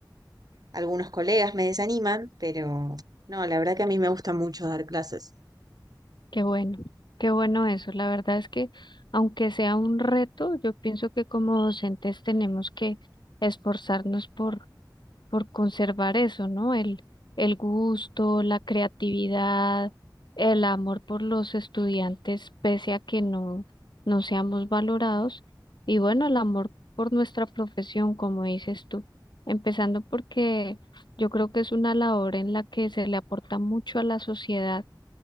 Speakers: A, on the right; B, on the left.
A: algunos colegas me desaniman, pero no, la verdad que a mí me gusta mucho dar clases.
B: Qué bueno, qué bueno eso. La verdad es que aunque sea un reto, yo pienso que como docentes tenemos que esforzarnos por, por conservar eso, ¿no? El, el gusto, la creatividad, el amor por los estudiantes, pese a que no, no seamos valorados. Y bueno, el amor por nuestra profesión, como dices tú, empezando porque yo creo que es una labor en la que se le aporta mucho a la sociedad